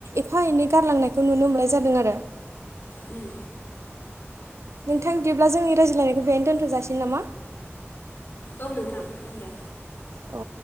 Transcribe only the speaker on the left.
ओम
औ नोंथां दे।